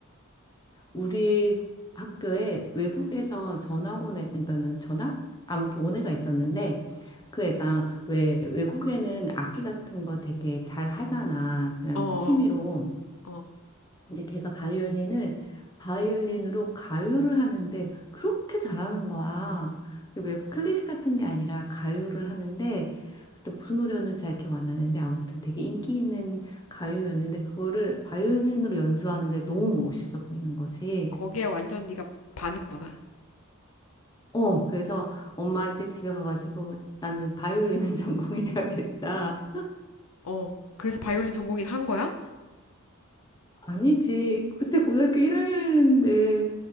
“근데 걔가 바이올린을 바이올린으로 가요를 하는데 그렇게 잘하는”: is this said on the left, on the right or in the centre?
Left